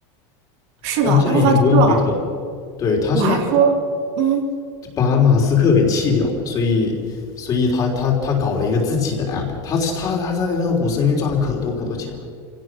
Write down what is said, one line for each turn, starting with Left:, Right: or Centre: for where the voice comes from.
Right: 是的，
Left: 对，他现在已经不用推特了，
Right: 他不发推特了，
Left: 对，他现在
Right: 我还说，嗯。
Left: 把马斯克给弃掉了，所以所以他他他搞了一个自己的 app，他他他在那个股市里面赚了可多可多钱了。